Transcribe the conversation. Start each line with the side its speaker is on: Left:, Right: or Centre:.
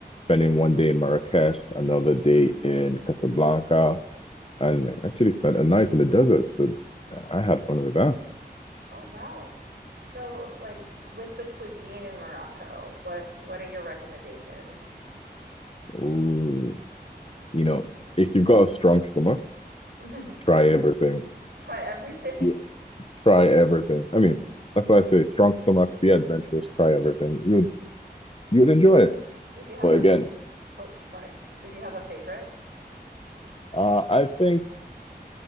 Left: spending one day in Marrakesh, another day in Casablanca and actually spent a night in the desert. So I had fun with that.
Right: oh wow. So like with the cuisine in Morocco, what what are your recommendations?
Left: Ooh, you know, if you've got a strong stomach,
Right: <laughs> Try
Left: try everything.
Right: everything.
Left: You try everything. I mean, that's why I say strong stomach, be adventurous, try everything. You'd you'd enjoy it.
Right: Did you have
Left: But
Right: a,
Left: again,
Right: oh, sorry. Did you have a favorite?
Left: uh, I think